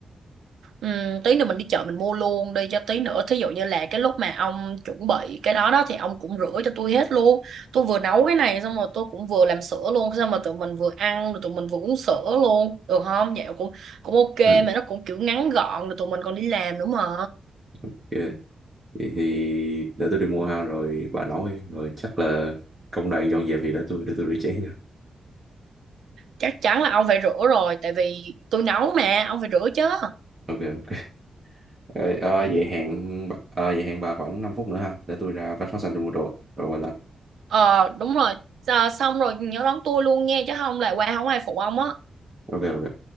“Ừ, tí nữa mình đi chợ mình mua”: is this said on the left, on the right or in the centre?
Right